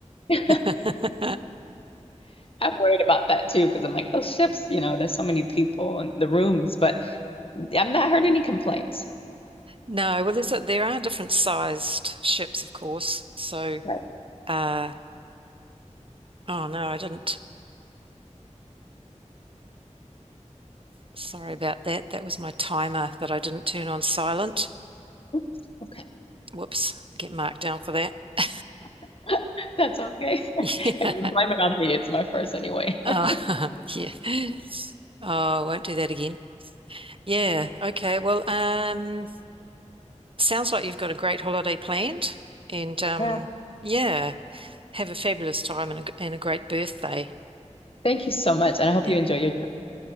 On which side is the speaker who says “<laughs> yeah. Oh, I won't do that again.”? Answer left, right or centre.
Right